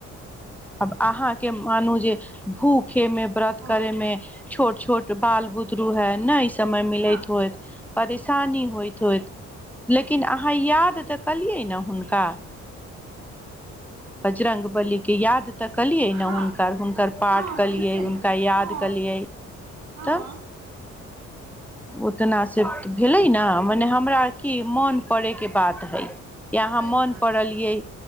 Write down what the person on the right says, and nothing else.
हँ
हँ
हँ
हँ
कैसे
ने
हँ
हँ
तऽ
सही
बात
छै